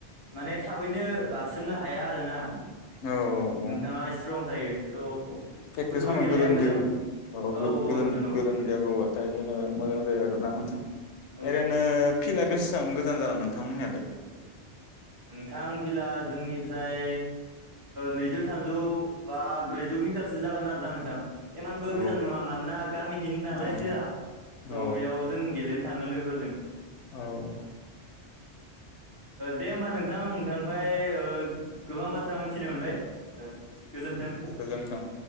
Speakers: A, on the right (about 50°); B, on the left (about 80°).
A: माने थाबैनो बारसोमनो हाया आरोना
B: औ औ
A: नोंथाङा स्ट्रं थायो स'
B: प्रेकटिस
A: फुटबल गेलेनाया
B: गोलोमदै
A: मोजां औ
B: गोल
A: नोंथां औ
B: गोलोमदै आ गगोन नाथाय जेनेबा मोजां जायो आरोना नोंथां
A: औ
B: ओरैनो
A: नोंथां
B: फिल्डआ बेसेबां गोजान जागोन नोंथांमोननियालाय
A: <inaudible> नोंथां फिला जोंनिफ्राय नैजौ थामजौ बा ब्रैजौ मिटारसो जागोन आरो ना नोंथां एमानबो
B: औ
A: गोजान नङा मानोना गामिनि नालाय
B: औ
A: फिला स'
B: औ
A: बेयाव जों गेलेनो थाङो लोगोफोरजों
B: औ
A: दे होमबा नोंथां नोंथांनिफ्राय गोबां बाथ्रा मोनथिनो मोनबाय गोजोन्थों
B: गोजोनथों